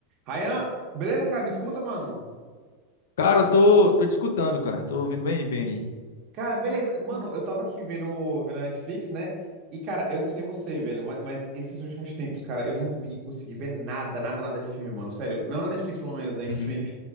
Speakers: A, on the right (about 35°); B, on the left (about 85°).
A: Ryan, beleza, cara? Me escuta, mano?
B: Cara, eu tô, tô te escutando, cara. Tô ouvindo bem, bem aí.
A: Cara, beleza. Mano, eu tava aqui vendo, vendo a Netflix, né? E, cara, eu não sei você, velho, ma- mas esses últimos tempos, cara, eu não vi, consegui ver nada, nada, nada de filme, mano. Sério, não na Netflix, pelo menos, né? Em streaming.
B: Uhum.